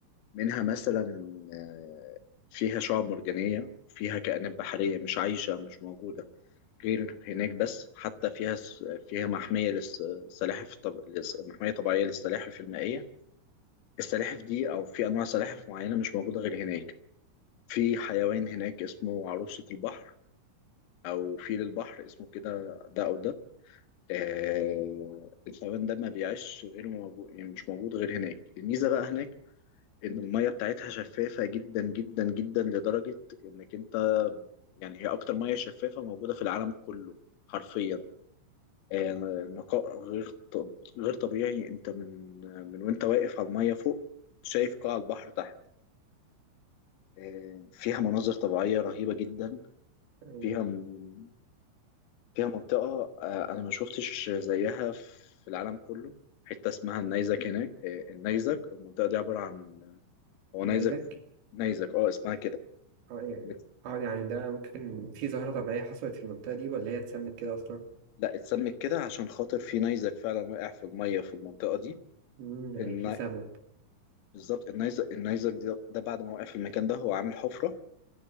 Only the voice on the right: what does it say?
آه،
ده
يزكي
اه يعني
اه يعني ده ممكن في ظاهرة طبيعية حصلت في المنطقة دي ولا هي اتسمت كده أصلا؟
مم، يعني
في سبب